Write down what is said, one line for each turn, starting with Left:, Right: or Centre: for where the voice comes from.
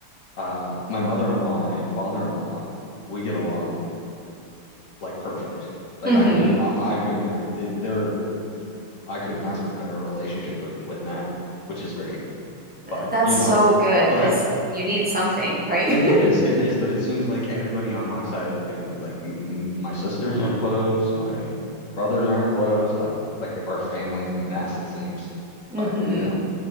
Left: uh my mother-in-law and father-in-law, we get along like perfect. Like
Centre: hmm
Left: I could I, I could not they, they're I couldn't ask for a better relationship with with them, which is great. But
Centre: That's
Left: you
Centre: so
Left: know,
Centre: good
Left: but
Centre: because you need something, right?
Left: it is it is, but it seems like everybody on my side of the family, like m m my sisters aren't close, my brothers aren't close, like like our family's a mess it seems.
Centre: <laughs>
Left: But
Centre: hmm
Left: you know,